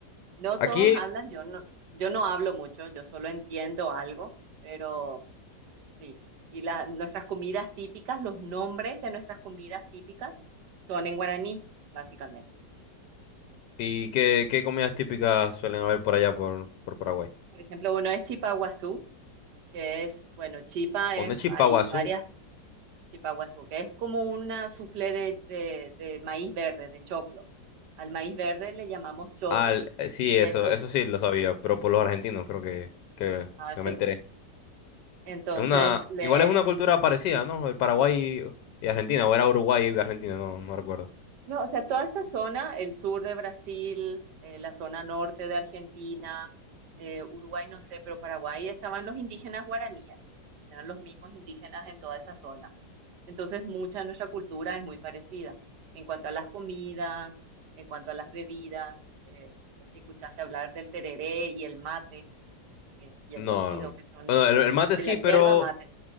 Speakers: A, on the right; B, on the left.
A: No
B: Aquí,
A: todos hablan, yo no, yo no hablo mucho, yo solo entiendo algo, pero sí. Y la, nuestras comidas típicas, los nombres de nuestras comidas típicas son en guaraní, básicamente.
B: ¿y qué, qué comidas típicas suelen haber por allá por, por Paraguay?
A: Por ejemplo, uno es chipaguazú, que es, bueno, chipa es,
B: Ondechi
A: hay
B: Paguazú.
A: varias chipa chipaguazú, que es como una soufflé de, de, de maíz verde, de choclo. Al maíz verde le llamamos choclo,
B: Ah, el- eh, sí,
A: de
B: eso,
A: eso,
B: eso sí lo sabía, pero por los argentinos creo que, que,
A: ah, sí.
B: que me enteré.
A: Entonces,
B: Es una,
A: le,
B: igual es una cultura parecida,
A: es
B: ¿no? El Paraguay y Argentina, o era Uruguay y Argentina, no, no recuerdo.
A: No, o sea, toda esta zona, el sur de Brasil, eh, la zona norte de Argentina, eh, Uruguay, no sé, pero Paraguay, estaban los indígenas guaraníes, eran los mismos indígenas en toda esa zona. Entonces, mucha de nuestra cultura es muy parecida en cuanto a las comidas, en cuanto a las bebidas. eh, no sé si escuchaste hablar del tereré y el mate eh, y
B: No,
A: el cocido,
B: no.
A: que son
B: Bueno, el, el mate
A: de
B: sí,
A: la
B: pero
A: yerba mate.